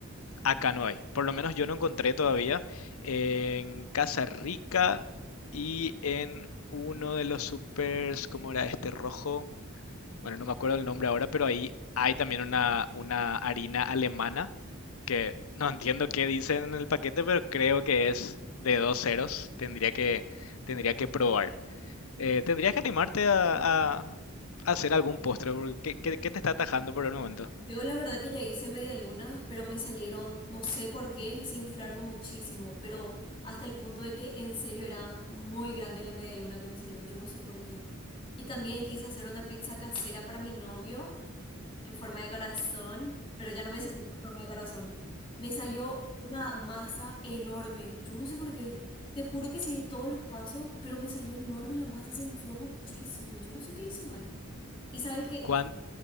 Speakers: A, on the left; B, on the left.
A: Acá no hay. Por lo menos yo no encontré todavía. En Casa Rica y en uno de los supers, ¿cómo era este rojo? Bueno, no me acuerdo el nombre ahora, pero ahí hay también una, una harina alemana que <laughs> no entiendo qué dicen en el paquete, pero creo que es de dos ceros. Tendría que, tendría que probar. Eh, tendrías que animarte a, a hacer algún postre, porque ¿qué, qué- qué te está atajando por el momento?
B: Yo la verdad que ya hice media luna, pero me salieron, no sé por qué, se inflaron muchísimo, pero hasta el punto de que en serio era muy grande la media luna que me salió, yo no sé por qué. Y también quise hacer una pizza casera para mi novio en forma de corazón, pero ya no me salió en forma de corazón. Me salió una masa enorme, yo no sé por qué. Te juro que seguí todos los pasos, pero me salió enorme la masa, se infló muchísimo, yo no sé qué hice mal. Y sabes qué,
A: ¿Cuán?